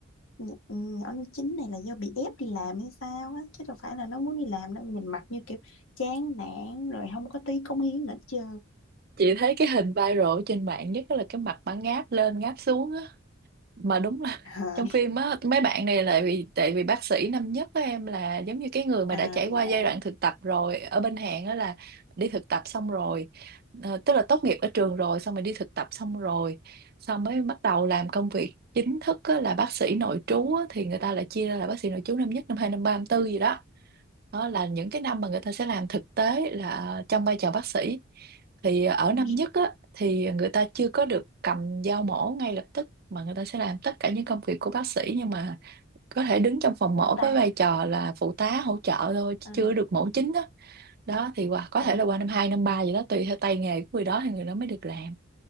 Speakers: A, on the left; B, on the right.
A: nh- nhỏ nó chính này là do bị ép đi làm hay sao á chứ đâu phải là nó muốn đi làm đâu nhìn mặt như kiểu chán nản rồi không có tí cống hiến nữa chứ
B: chị thấy cái hình viral ở trên mạng nhất là cái mặt mà ngáp lên ngáp xuống á mà đúng là
A: à,
B: <laughs> trong phim á mấy bạn này lại vì tại vì bác sĩ năm nhất của em là giống như cái người mà
A: à,
B: đã trải qua giai
A: à,
B: đoạn thực tập rồi ở bên Hàn á là đi thực tập xong rồi ờ, tức là tốt nghiệp ở trường rồi xong rồi đi thực tập xong rồi xong mới bắt đầu làm công việc chính thức á, là bác sĩ nội trú á, thì người ta lại chia ra là bác sĩ nội trú năm nhất năm hai năm ba năm tư gì đó đó là những cái năm mà người ta sẽ làm thực tế là ờ, trong vai trò bác sĩ thì ở
A: ừ,
B: năm nhất á, thì người ta chưa có được cầm dao mổ ngay lập tức mà người ta sẽ làm tất cả những công việc của bác sĩ nhưng mà có thể đứng trong phòng
A: phụ
B: mổ
A: tá
B: với vai trò là phụ tá hỗ trợ thôi chứ
A: à,
B: chưa được mổ chính đó đó thì qua, có
A: ủa
B: thể là qua năm 2 năm 3 gì đó tùy theo tay nghề của người đó thì người đó mới được làm